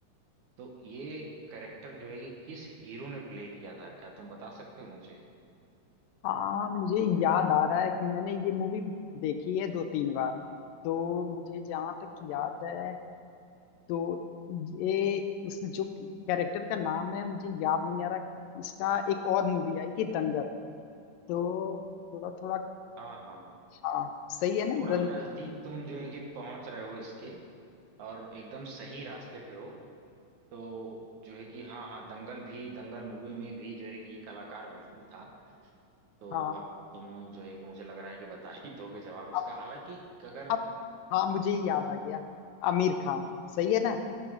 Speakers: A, on the right; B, on the left.
A: तो ये करेक्टर जो है कि किस हीरो ने प्ले किया था क्या तुम बता सकते हो मुझे
B: हाँ मुझे याद आ रहा है कि मैंने ये मूवी देखी है दो तीन बार तो मुझे जहाँ तक याद है तो ये इस जो कैरेक्टर का नाम है मुझे याद नहीं आ रहा कि इसका एक और मूवी आई थी दंगल तो थोड़ा थोड़ा
A: हाँ हाँ
B: हाँ सही है ना
A: थोड़ा
B: दंग
A: नजदीक तुम जो है कि पहुंच रहे हो इसके और एकदम सही रास्ते पे हो तो जो है कि हाँ हाँ दंगल भी दंगल मूवी में भी जो है कि ये कलाकार बिल्कुल था तो
B: हाँ
A: अब तुम जो है कि मुझे लग रहा है कि बता ही दोगे जवाब इसका
B: अब
A: हालांकि अगर
B: अब हाँ मुझे ये याद आ गया आमिर खान सही है ना